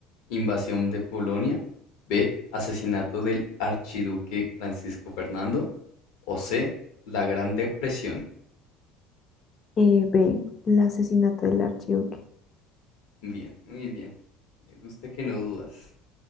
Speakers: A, on the left (about 75°); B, on the left (about 35°).
A: Invasión de Polonia. B. Asesinato del archiduque Francisco Fernando. O C. La Gran Depresión.
B: Eh, B. El asesinato del archiduque.
A: Bien, muy bien. Me gusta que no dudas.